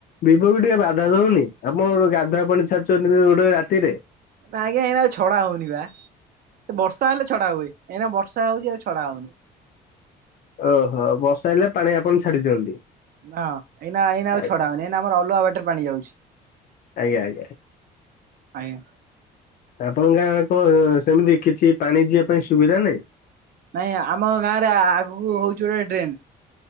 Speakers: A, on the left; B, on the right.
A: ବିବକୁ ଟିକେ ବାଧା ଦଉନି ଆପଣଙ୍କର ଗାଧୁଆ ପାଣି ଛାଡୁଚନ୍ତି ରୋଡ଼ରେ ରାତିରେ?
B: ନା ଆଜ୍ଞା ଏଇନା ଆଉ ଛଡ଼ା ହଉନି ବା ସେ ବର୍ଷା ହେଲେ ଛଡ଼ା ହୁଏ ଏଇନା ବର୍ଷା ହଉଚି ଆଉ ଛଡ଼ା ହଉନି।
A: ଓହୋ ବର୍ଷା ହେଲେ ପାଣି ଆପଣ ଛାଡ଼ି ଦିଅନ୍ତି?
B: ନାଁ ଏଇନା ଏଇନା ଆଉ
A: ଆଜ୍ଞା
B: ଛଡା ହବନି ଏଇନା ଆମର ଅଲଗା ବାଟରେ ପାଣି ଯାଉଛି।
A: ଆଜ୍ଞା ଆଜ୍ଞା।
B: ଆଜ୍ଞା।
A: ଆପଣଙ୍କ ଗାଁରେ କଣ ସେମିତି କିଛି ପାଣି ଯିବା ପାଇଁ ସୁବିଧା ନାହିଁ?
B: ନାଇଁ ଆମ ଗାଁରେ ଆଗକୁ ହଉଚି ଗୋଟେ ଡ୍ରେନ୍।